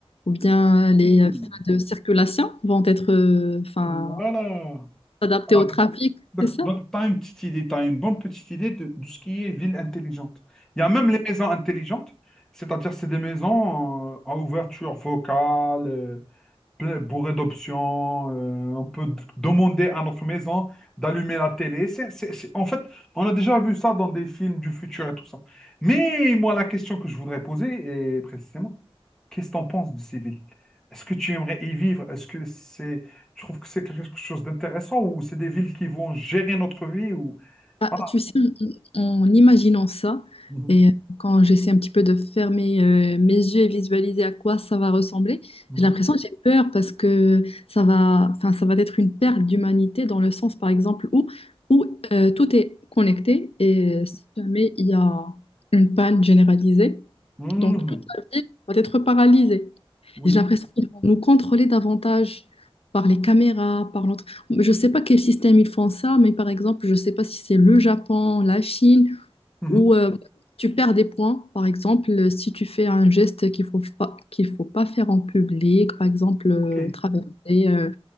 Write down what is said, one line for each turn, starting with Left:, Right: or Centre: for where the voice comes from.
Left: ou bien
Centre: oui,
Left: les euh, feux de circulation vont être, euh, enfin,
Centre: voilà.
Left: adaptés
Centre: Alors,
Left: au trafic, c'est ça?
Centre: donc, tu as une petite idée, tu as une bonne petite idée de, de ce qui est ville intelligente. Il y a même les maisons intelligentes, c'est-à-dire c'est des maisons euh, à ouverture vocale, euh, plein- bourré d'options. euh, on peut d- demander à notre maison d'allumer la télé. C'est, c'est- c'est- En fait, on a déjà vu ça dans des films du futur et tout ça. Mais moi, la question que je voudrais poser est précisément, qu'est-ce que tu en penses de ces villes? Est-ce que tu aimerais y vivre? Est-ce que c'est, tu trouves que c'est quelque chose d'intéressant ou c'est des villes qui vont gérer notre vie ou
Left: Ah,
Centre: ah,
Left: tu sais, en en imaginant ça,
Centre: mhm,
Left: et euh, quand j'essaie un petit peu de fermer euh, mes yeux et visualiser à quoi ça va ressembler,
Centre: mhm,
Left: j'ai l'impression que j'ai peur parce que ça va, enfin, ça va être une perte d'humanité dans le sens, par exemple, où, où euh, tout est connecté et euh, si jamais il y a une panne généralisée,
Centre: mhm,
Left: donc
Centre: mhm,
Left: toute la ville va être paralysée.
Centre: oui,
Left: Et J'ai l'impression qu'ils vont nous contrôler davantage par les caméras, par je ne sais pas quel système ils font ça, mais par exemple, je ne sais pas si c'est le Japon, la Chine,
Centre: mhm,
Left: où euh, tu perds des points, par exemple, euh, si tu fais un geste qu'il faut fa- qu'il faut pas faire en public, par exemple, euh,
Centre: ok,
Left: traverser euh,